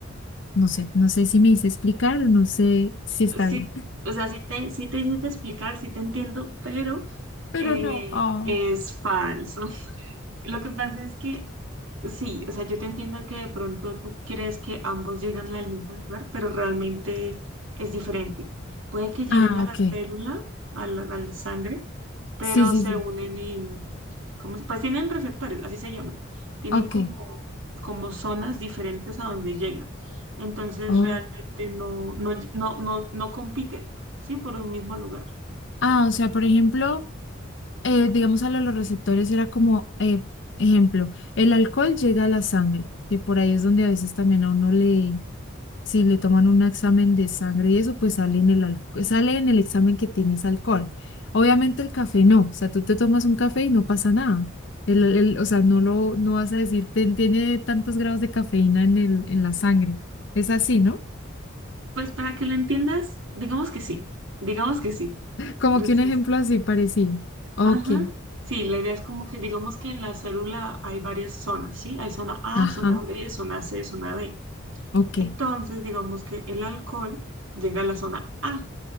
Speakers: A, on the left; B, on the right.
A: No sé, no sé si me hice explicar, no sé si está
B: Sí,
A: bien.
B: o sea, sí te, sí te hiciste explicar, sí te entiendo, pero
A: Pero
B: eh,
A: no, ah,
B: es falso. <laughs> Lo que pasa es que Sí, o sea, yo te entiendo que de pronto tú crees que ambos llegan al mismo lugar, pero realmente es diferente. Puede que lleguen
A: Ah,
B: a
A: ok.
B: la célula, a la, a la sangre, pero
A: Sí, sí,
B: se
A: sí.
B: unen en, ¿cómo se- Pues tienen receptores, así se llaman. Tienen
A: Ok.
B: como, como zonas diferentes a donde llegan. Entonces
A: Oh.
B: realmente no, no, no, no, no compiten, ¿sí? Por un mismo lugar.
A: Ah, o sea, por ejemplo, eh, digamos a lo de los receptores era como, eh, ejemplo, el alcohol llega a la sangre, que por ahí es donde a veces también a uno le, si le toman un examen de sangre y eso, pues sale en el, al- sale en el examen que tienes alcohol. Obviamente el café no, o sea, tú te tomas un café y no pasa nada. El, el- o sea, no lo, no vas a decir, "Ten- tiene tantos grados de cafeína en el, en la sangre. Es así, ¿no?
B: Pues para que lo entiendas, digamos que sí, digamos que sí.
A: Como
B: Pero
A: que
B: sí,
A: un ejemplo
B: sí,
A: así parecido. Ok,
B: Ajá. Sí, la idea es como que digamos que en la célula hay varias zonas, ¿sí? Hay zona A,
A: ajá,
B: zona B, zona C, zona D.
A: ok.
B: Entonces, digamos que el alcohol llega a la zona A